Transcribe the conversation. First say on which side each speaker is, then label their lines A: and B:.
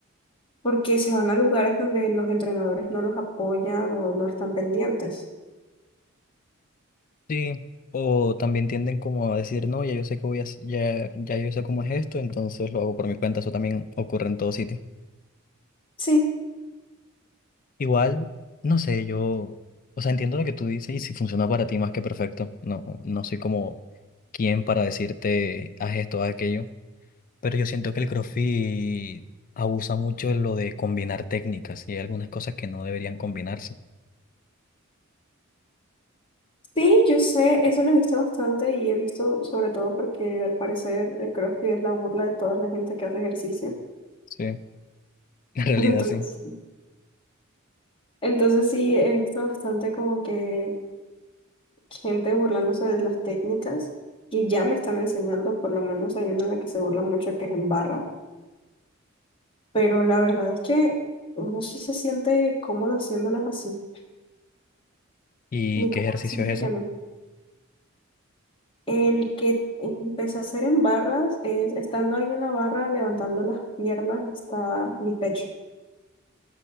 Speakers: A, on the left; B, on the left.
A: porque se van a lugares donde los entrenadores no los apoyan o no están pendientes.
B: Sí, o también tienden como a decir, no, ya yo sé que voy a, hac- ya, ya yo sé cómo es esto, entonces lo hago por mi cuenta, eso también ocurre en todo sitio.
A: Sí,
B: Igual, no sé, yo, o sea, entiendo lo que tú dices y si funciona para ti más que perfecto, no, no soy como quien para decirte, haz esto, haz aquello. Pero yo siento que el CrossFit abusa mucho en lo de combinar técnicas y hay algunas cosas que no deberían combinarse.
A: Sí, yo sé, eso lo he visto bastante y he visto sobre todo porque al parecer el CrossFit es la burla de toda la gente que hace ejercicio.
B: Sí. <laughs> En realidad
A: <laughs> Entonces,
B: sí.
A: entonces sí, he visto bastante como que gente burlándose de las técnicas que ya me están enseñando, por lo menos hay una en la que se burla mucho que es en barra, pero la verdad es que uno sí se siente cómodo haciéndolas así,
B: ¿Y
A: ni
B: qué
A: cómo
B: ejercicio
A: decirte
B: es
A: que
B: ese?
A: no. El que empecé a hacer en barras es estando ahí en la barra levantando las piernas hasta mi pecho.